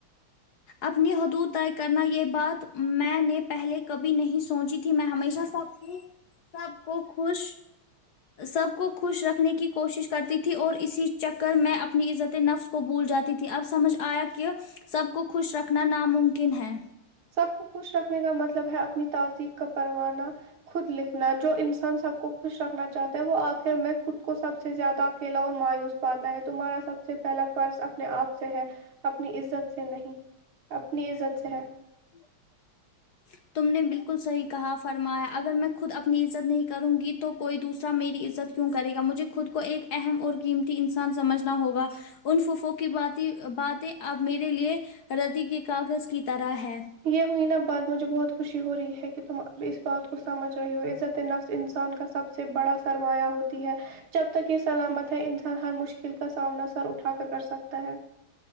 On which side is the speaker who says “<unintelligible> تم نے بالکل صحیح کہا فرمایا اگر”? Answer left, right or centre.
Left